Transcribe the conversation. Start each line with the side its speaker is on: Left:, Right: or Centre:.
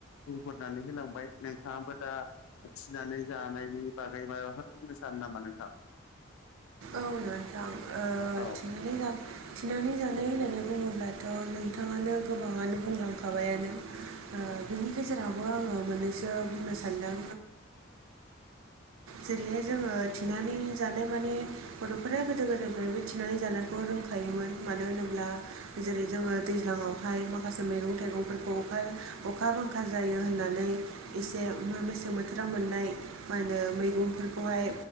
Left: बुंफोरनानै होलांबाय। नोंथाङाबो दा थिनानै जानायनि बागै माबाफोर बुंनो सानो नामा नोंथां?
Right: औ नोंथां ओ
Left: औ
Right: थिननानै जानो थिनानै जानाय होननानै बुङोब्लाथ' नोंथाङानो गोबाङानो बुंलांखाबायानो। ओ बिनि गेजेरावबो आङो मोननैसो बुंनो सानदों। जेरैहाय जोङो थिनानै जानाय माने बर'फोरा गोदो गोदायनिफ्रायबो थिनानै जानायखौ रोंखायोमोन मानो होनोब्ला जेरै जोङो दैज्लाङावहाय माखासे मैगं थाइगंफोरखौ अखा अखा बांखा जायो होननानै एसे मेसें बोथोराव मोननाय मा होनो मैगंफोरखौहाय